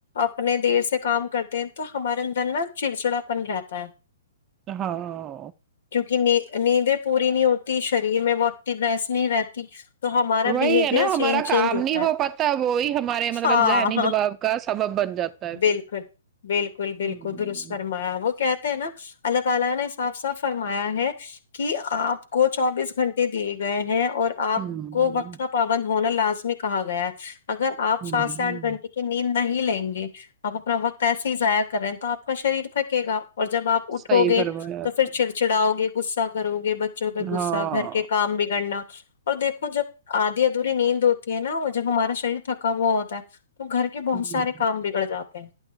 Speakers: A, on the left; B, on the right.
A: اپنے دیر سے کام کرتے ہیں تو ہمارے اندر نا چڑچڑا پن رہتا ہے
B: ہاو
A: کیونکہ نیندیں پوری نہیں ہوتی شریر میں وہٹینیس نہیں رہتی تو ہمارا
B: وہی
A: بہیویئر
B: ہے نا
A: چینج
B: ہمارا
A: چینج
B: کام
A: ہوتا
B: نہیں
A: ہے
B: ہو پاتا وہی ہمارے مطلب
A: ہاں
B: ذہنی
A: ہاں
B: دباو کا سبب بن جاتا ہے
A: بالکل
B: پھر
A: بالکل بالکل
B: ہوں
A: درست فرمایا وہ کہتے ہیں نا اللہ تعالی نے آپ سا فرمایا ہے کہ آپ کو چوبیس گھنٹے دیے گئے ہیں اور آپ
B: ہوں
A: کو وقت کا پابند ہونا لازمی کہا گیا ہے اگر آپ
B: ہوں
A: سات سے آٹھ گھنٹے کے کہ نیند نہی لیں گے آپ اپنا وقت ایسے ہی ضائع کر رہے ہیں تو آپ کا شریر تھکے گا اور جب آپ اٹھو
B: صحیح
A: گے
B: فرمایا
A: تو
B: آپ
A: پھر چڑچڑاؤ گے غصہ کرو گے بچوں
B: نے
A: پہ غصہ
B: ہاں
A: گھر کے کام بگڑنا اور دیکھو جب آدھی ادھوری نیند ہوتی ہے نا وہ جب ہمارا شریر تھکا ہوا ہوتا ہے تو گھر کے بہت
B: ہوں
A: سارے کام بگڑ جاتے ہیں